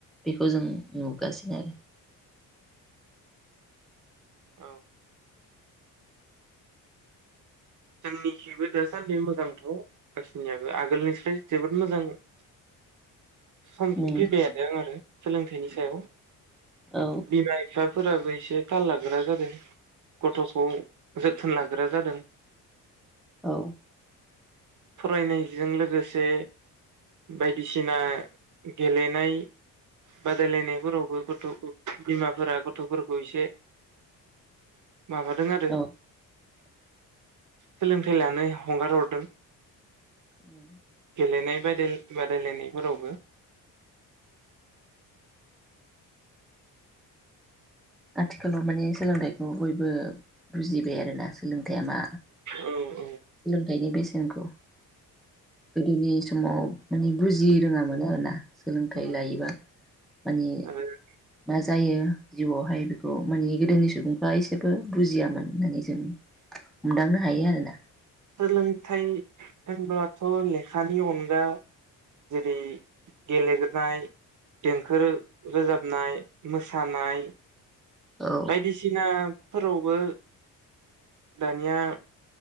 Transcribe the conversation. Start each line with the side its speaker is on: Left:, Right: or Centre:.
Centre: बेखौ जों नुगासिनो आरो
Right: औ जोंनिखिबो दासान्दि मोजांथ' गासिनियाबो आगोलनिफ्राय जोबोद मोजां <unintelligible>
Centre: उम
Right: आरो सोलोंथाइनि सायाव
Centre: औ
Right: बिमारि साब फोराबो एसे थाल लाग्रा जादों गथ'खौ जोथोन लाग्रा जादों
Centre: औ
Right: फरायनायजों लोगोसे बायदिसिना गेलेनाय बादायलायनायफोरावबो गथ' बिमाफोरा गथ'फोरखौ एसे माबादों आरो
Centre: औ
Right: सोलोंथाइ लानो हंगार हरदों।
Centre: <inaudible>
Right: गेलेनाय बादाय बादायलायनायफोरावबो
Centre: आथिखालाव माने सोलोंथाइखौ बयबो बुजिबाय आरोना सोलोंथा मा
Right: औ
Centre: गायनि बेसेनखौ गोदोनि समाव माने बुजि रोङामोन आरोना सोलोंथाइ
Right: औ
Centre: लायोबा माने
Right: आरो
Centre: मा जायो जिउआवहाय बे औ माने गोदोनि सुबुं बा इसोरबो बुजियामोन होननानै जों हमदांनो हायो आरोना।
Right: सोलोंथाइ होनब्लाथ' लेखानि अनगा जेरै गेलेनाय देंखो रोजाबनाय मोसानाय
Centre: औ
Right: बायदिसिना फोरावबो दानिया